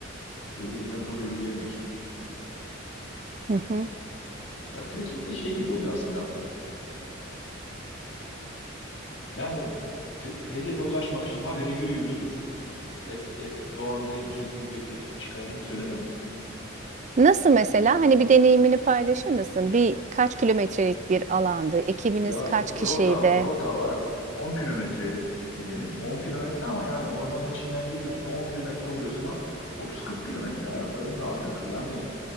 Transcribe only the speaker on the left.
belli bir tempoda yürüyemiyorsun.
Ya trekking de şey gibi oluyor aslında. Yani te- hedefe ulaşmak için habire yürü yürü dur. Et, et, doğanın te- keyfini pek de ç- çıkardığın söylenemez yani.
Ya
rota
rota var 10 kilometre diyelim. on kilometre ama yani ormanın içinden giriyorsun o 10 kilometre oluyor sana 30-40 kilometre ayakların artık yani